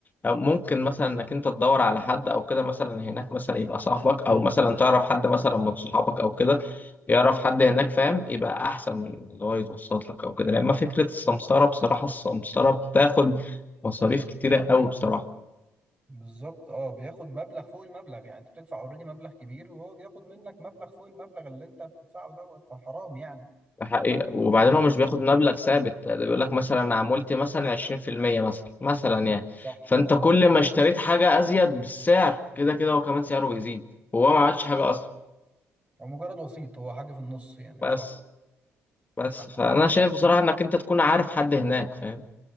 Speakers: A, on the left (about 25°); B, on the right (about 20°).
A: أو ممكن مثلا انك انت تدور على حد او كده مثلا هناك مثلا يبقى صاحبك او مثلا تعرف حد مثلا من صحابك او كده يعرف حد هناك فاهم يبقى احسن من اللي هو يتوسط لك او كده لان فكره السمسره بصراحه السمسره بتاخد مصاريف كتيره قوي بصراحه
B: بالظبط اه بياخد مبلغ فوق المبلغ يعني انت بتدفع اوريدي مبلغ كبير وهو بياخد منك مبلغ فوق المبلغ اللي انت بتدفعه دوت فحرام يعني
A: ده حقيقة وبعدين هو مش بياخد مبلغ ثابت ده بيقول لك مثلا عمولتي مثلا 20% مثلا مثلا يعني
B: صح
A: فانت
B: صح
A: كل ما اشتريت حاجه ازيد بالسعر كده كده هو كمان سعره بيزيد وهو ما عملش حاجه اصلا
B: هو مجرد وسيط هو حاجه في النص يعني مش
A: بس بس
B: اتفق
A: فانا شايف بصراحه انك انت تكون عارف حد هناك فاهم